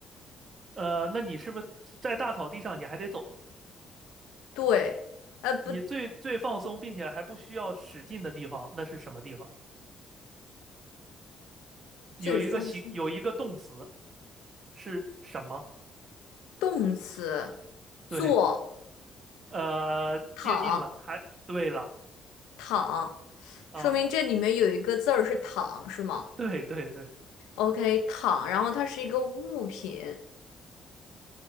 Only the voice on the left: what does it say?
对，呃，不，
最放松。
动词，坐、
躺、
躺，
说明这里面有一个字儿是躺，是吗
？OK，躺，然后它是一个物品，